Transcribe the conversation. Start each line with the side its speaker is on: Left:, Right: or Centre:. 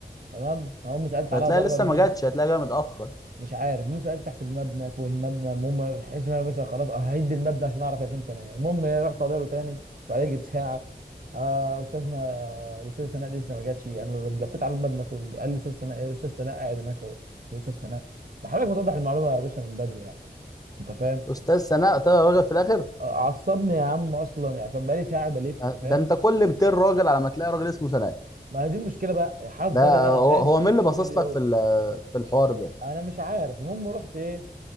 Right: تمام هقوم سالت عليها
Left: هتلاقي
Right: بره
Left: لسه
Right: المبنى
Left: ما جاتش هتلاقي جايه متاخر
Right: مش عارف المهم سالت تحت المبنى فوق المبنى المهم حاسس ان انا مثلا خلاص آه، ههد المبنى عشان اعرف هي فين ثانيه المهم ايه رحت طالع له تاني وبعدين اجيب ساعه آه استاذنا الاستاذ سناء دي لسه ما جاتش انا لفيت على المبنى كله قال لي استاذ سناء ايه استاذ سناء قاعد هناك اهو قلت له استاذ سناء ما حضرتك ما توضح المعلومه يا باشا من بدري يعني انت فاهم
Left: استاذ سناء طلع راجل في الاخر
Right: عصبني يا عم اصلا يعني فاهم بقالي ساعه بلف
Left: آه،
Right: فاهم
Left: ده انت كل 200 راجل على ما تلاقي راجل اسمه سناء
Right: ما دي المشكله بقى يا حظ
Left: ده
Right: انا بقى
Left: هو
Right: فاهم
Left: هو
Right: من وسط
Left: مين اللي
Right: المليون
Left: باصص لك في ال- في الحوار ده
Right: انا مش عارف المهم رحت ايه